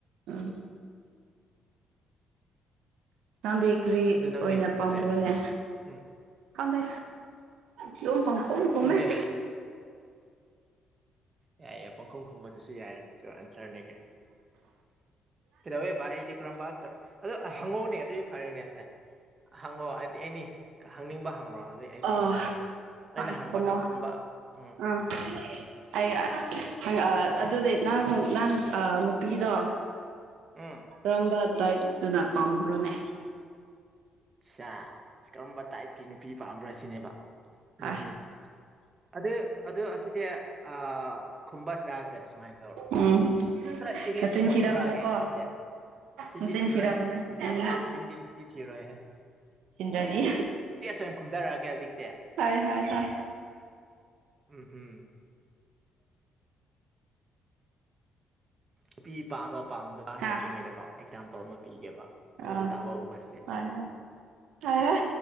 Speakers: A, on the right (about 85°); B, on the right (about 35°).
A: ꯎꯝ ꯅꯪꯗꯤ ꯀꯔꯤ
B: ꯑꯗꯨ ꯅꯪ
A: ꯑꯣꯏꯅ
B: ꯀꯩ ꯈꯨꯝꯈ꯭ꯔꯦ
A: ꯄꯥꯝꯕ꯭ꯔꯣꯅꯦ
B: ꯎꯝ
A: ꯈꯪꯗꯦ ꯑꯗꯨꯝ ꯄꯪꯈꯣꯝ ꯈꯨꯝꯃꯦ
B: ꯈꯪꯗꯦ ꯌꯥꯏ ꯌꯥꯏ ꯄꯥꯡꯈꯨꯝ ꯈꯨꯝꯕꯗꯨꯁꯨ ꯌꯥꯏ ꯑꯗꯨꯁꯨ ꯑꯟꯁꯔꯅꯦ ꯀꯩꯅꯣ ꯀꯤꯗꯧꯋꯦ ꯚꯥꯏ ꯑꯩꯗꯤ ꯀꯔꯝꯕ ꯑꯗꯣ ꯍꯪꯉꯛꯑꯣꯅꯦ ꯑꯗꯨꯗꯤ ꯐꯔꯦꯅꯦ ꯑꯁꯦ ꯍꯪꯉꯣ ꯍꯥꯏꯗꯤ ꯑꯦꯅꯤ ꯍꯪꯅꯤꯡꯕ ꯍꯪꯉꯣ ꯍꯧꯖꯤꯛ ꯑꯩ
A: ꯑꯣ
B: ꯈꯨꯝꯊꯔꯒꯦ ꯑꯩꯅ
A: ꯍꯣꯏ
B: ꯍꯪꯕ
A: ꯈꯨꯝꯃꯣ
B: ꯅꯪ ꯈꯨꯝꯕ ꯎꯝ
A: ꯑꯥ
B: ꯍꯥꯏꯌꯣ
A: ꯑꯩ <unintelligible> ꯑꯗꯨꯗꯤ ꯅꯪ ꯅꯪ ꯅꯨꯄꯤꯗꯣ
B: ꯎꯝ
A: ꯀꯔꯝꯕ ꯇꯥꯏꯞꯇꯨꯅ ꯄꯥꯝꯕ꯭ꯔꯣꯅꯦ
B: ꯑꯁꯥ ꯀꯔꯝꯕ ꯇꯥꯏꯞꯀꯤ ꯅꯨꯄꯤ ꯄꯥꯝꯕ꯭ꯔꯥ ꯁꯤꯅꯦꯕ
A: ꯍꯣꯏ
B: ꯎꯝꯝ ꯑꯗꯨ ꯑꯗꯨ ꯑꯁꯤꯁꯦ ꯑ ꯈꯨꯝꯕ ꯏꯁꯇꯥꯏꯜꯁꯦ ꯁꯨꯃꯥꯏꯅ ꯇꯧꯔꯁꯦ
A: ꯎꯝ
B: ꯈꯔ ꯁꯤꯔꯤꯌꯁ
A: ꯅꯆꯤꯟ
B: ꯑꯣꯏꯅ
A: ꯊꯤꯔꯛꯀꯅꯨꯀꯣ
B: ꯈꯨꯝꯔꯛꯑꯒꯦ ꯍꯧꯖꯤꯛꯇꯤ ꯆꯤꯟꯗꯤ
A: ꯅꯆꯤꯟ
B: ꯊꯤꯔꯣꯏ
A: ꯊꯤꯔꯛꯀꯅꯨ ꯎꯝ
B: ꯆꯤꯟꯗꯤ ꯄ ꯆ ꯌꯦꯦ ꯔꯦ
A: ꯏꯟꯗꯗꯤ
B: ꯑꯣꯏꯅ ꯈꯨꯝꯊꯔꯛꯑꯒꯦ ꯍꯧꯖꯤꯛꯇꯤ
A: ꯍ ꯍ ꯍ
B: ꯎꯝ ꯍꯝ ꯅꯨꯄꯤ ꯄꯥꯝꯕ ꯄꯥꯝꯗꯕ
A: ꯍꯥ
B: ꯍꯥꯏꯗ꯭ꯔꯤꯉꯩꯗꯀꯣ ꯑꯦꯛꯖꯥꯝꯄꯜ ꯑꯃ ꯄꯤꯒꯦꯕ ꯃꯨꯟꯅ
A: ꯑꯥ
B: ꯇꯥꯍꯧꯕꯀꯣ
A: ꯐ ꯍꯥꯏ